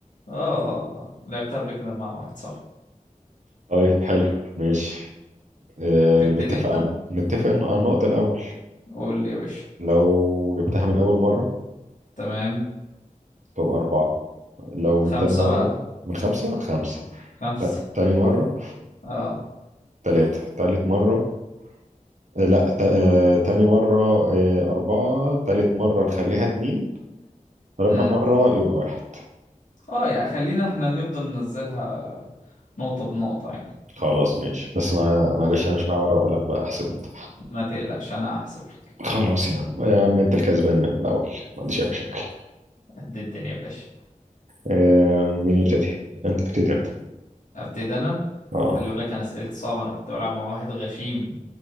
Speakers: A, on the left (about 70°); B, on the right (about 60°).
A: اه اه آه. لعبتها قبل كده مع واحد صاحبي
B: طيب حلو ماشي اه
A: تبتدي
B: نتفق
A: انت
B: عن... نتفق عن عن النقطة الأول
A: قول لي يا باشا
B: لو جبتها من أول مرة
A: تمام
B: تبقى أربعة لو من
A: خمسة
B: تاني مرة
A: بقى
B: من خمسة خمسة
A: خمسة
B: ت- تاني مرة
A: اه
B: تلاتة تالت مرة آه، لا ت... آه، تاني مرة آه، أربعة تالت مرة نخليها اتنين رابع
A: امم
B: مرة يبقى واحد
A: اه يعني خلينا احنا نفضل ننزلها نقطة بنقطة يعني
B: خلاص ماشي بس ما معلش انا مش معايا ورقه وقلم بقى احسب انت
A: ما تقلقش انا هحسب لك
B: خلاص يا عم يا عم انت الكسبان من الاول ما عنديش اي مشاكل
A: قد الدنيا يا باشا
B: آه مين يبتدي انت ابتدي انت
A: ابتدي انا
B: اه,
A: خلي بالك انا اسئلتي صعبه انا كنت بلعب مع واحد غشيم